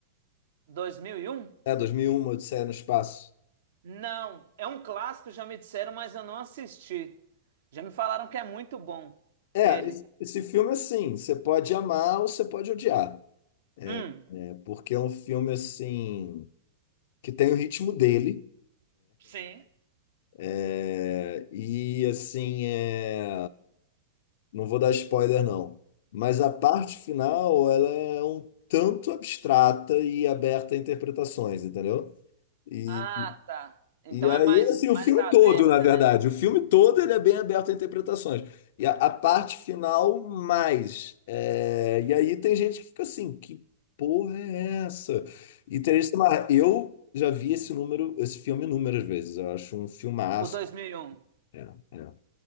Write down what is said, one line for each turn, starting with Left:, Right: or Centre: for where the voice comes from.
Right: dois mil e um
Left: É, 2001, Odisseia no Espaço.
Right: Não, é um clássico, já me disseram, mas eu não assisti. Já me falaram que é muito bom,
Left: É,
Right: ele.
Left: esse, esse filme, assim, você pode amar ou você pode odiar,
Right: Hum,
Left: né? Porque é um filme, assim, que tem o ritmo dele,
Right: sim.
Left: É, e assim, é, não vou dar spoiler não, mas a parte final ela é um tanto abstrata e aberta a interpretações, entendeu? E,
Right: Ah, tá. Então
Left: e aí,
Right: é mais,
Left: assim, o
Right: mais
Left: filme
Right: aberta,
Left: todo, na verdade,
Right: né?
Left: o filme todo ele é bem aberto a interpretações. E a, a parte final, mais. É, e aí tem gente que fica assim, que porra é essa? E tem gente que fala, "Ah, eu já vi esse número, esse filme inúmeras vezes, eu acho um filmaço.
Right: O 2001.
Left: É, é.